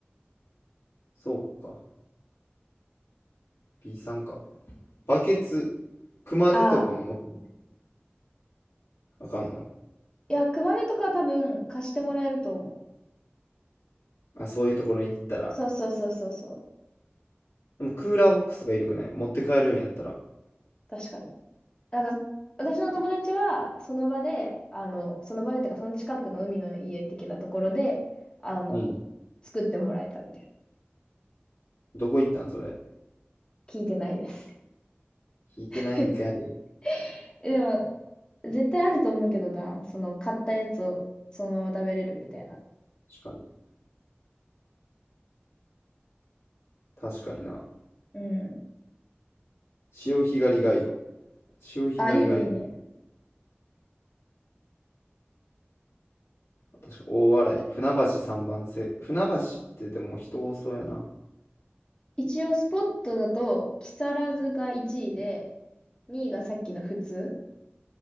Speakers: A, on the left (about 80°); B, on the left (about 20°).
A: そうか。B さんか。バケツ。熊手とかも持って
B: ああ。
A: あかんの
B: いや、熊手とか多分貸してもらえると思う。
A: あ、そういうところに行ったら。
B: そうそうそうそうそう。
A: でもクーラーボックスとかいるくない持って帰るんやったら。
B: 確かに。あの、私の友達は、その場で、あの、その場でとか、その近くの海の家的なところで、あの、
A: うん。
B: 作ってもらえたみたいな。
A: どこ行ったんそれ。
B: 聞いてないです。
A: 聞いてないんかい。
B: <laughs> え、でも、絶対あると思うけどな、その、買ったやつをそのまま食べれるみたいな。
A: 確かに。確かにな。
B: うん。
A: 潮干狩りガイド。潮干狩りガイド。
B: あ、いいね、いいね。
A: 確か大洗。船橋三番瀬。船橋ってでも人多そうやな。
B: 一応、スポットだと、木更津が1位で、2位がさっきの普通。